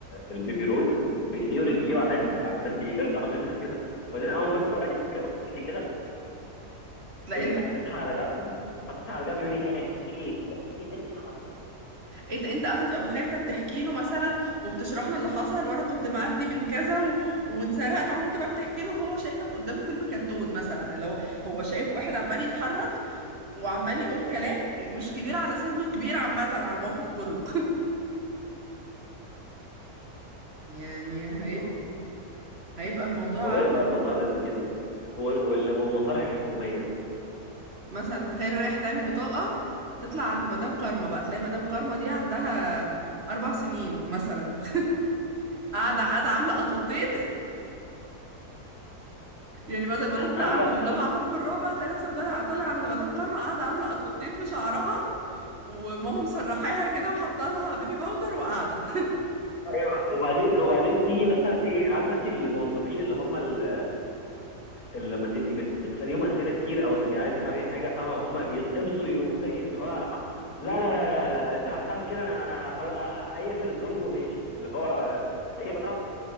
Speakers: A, on the left; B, on the right.
A: البيبي رولر بايديه ورجليه وقاعد عمال بيرضع منها كده وبعدين اول ما ادخل عليه كده بص لي كده
B: تلاقي
A: ويقوم
B: ال...
A: حاططها على جنب حاططها على جنب يقول لي ها ايه ايه ده إيه ده؟
B: انت انت اصلا تبقى متخيل انت بتحكي له مثلا وبتشرح له اللي حصل وانا كنت معدي من كذا و... واتسرقت وانا وانت بقى بتحكي له هو شايفك قدامه فيلم كرتون مثلا اللي هو هو شايف واحد عمال يتحرك وعمال يقول كلام مش كبير على سنه كبير عامة على الموقف كله <laughs> يعني
A: آه.
B: هيبقى هيبقى الموضوع
A: والله
B: عب-
A: يبقى الموضوع لذيذ جدا وال- وال- والمصالح الحكوميه
B: مثلا تخيل رايح تعمل بطاقة تطلع عند مدام كارما بقى تلاقي مدام كارما دي عندها أربع سنين مثلا <laughs> قاعدة قاعدة عاملة قطقطين يعني بدل ما تطلع
A: عارفه
B: عند مدام عفاف في الرابع تلاقي نفسك طالع طالع عند مدام كارما قاعدة عاملة قطقطين في شعرها وماما مسرحاها كده وحاطه لها بيبي باودر وقاعدة
A: ايوه وبعدين وبعدين تيجي مثلا ايه عارفه انت الموظفين اللي هم ال- اللي لما تبقي بت... بتساليهم اسئله كتير او تبقي عايزه تعملي حاجه فاهمه وهم يتقمصوا يقوموا خايفين اللي هو انا ح... لا لا لا لا لا, لا. انت لو هتعمل كده انا انا خلاص هيقفل الدرج وماشي اللي هو هي بقى